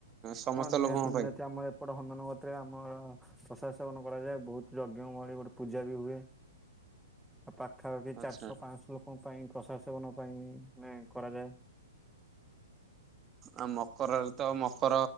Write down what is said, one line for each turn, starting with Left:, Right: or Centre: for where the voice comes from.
Right: ସମସ୍ତ
Centre: ହଁ ନିହାତି
Right: ଲୋକଙ୍କ ପାଇଁ
Centre: ନିହାତି ଆମର ଏ ବଟ ହନ୍ଦନ ଗତରେ ଆମର ପ୍ରସାଦ ସେବନ କରାଯାଏ ବହୁତ ଯଜ୍ଞ ମଳି ଗୋଟେ ପୂଜା ବି ହୁଏ। ଆଉ ପାଖାପାଖି
Right: ଆଚ୍ଛା
Centre: ଚାରିଶହ ପାଞ୍ଚଶହ ଲୋକଙ୍କ ପାଇଁ ପ୍ରଶାସନ ପାଇଁ ମାନ କରାଯାଏ।
Right: ଆଉ ମକରରେ ତ ମକର